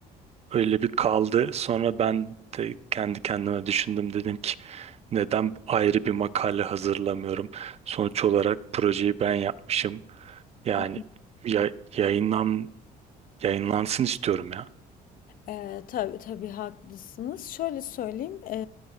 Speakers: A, on the right; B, on the left.
A: Öyle bir kaldı. Sonra ben de kendi kendime düşündüm dedim ki neden ayrı bir makale hazırlamıyorum? Sonuç olarak projeyi ben yapmışım. Yani
B: Hı.
A: ya, yayınlan yayınlansın istiyorum ya.
B: Ee, tabii tabii haklısınız. Şöyle söyleyeyim, ee,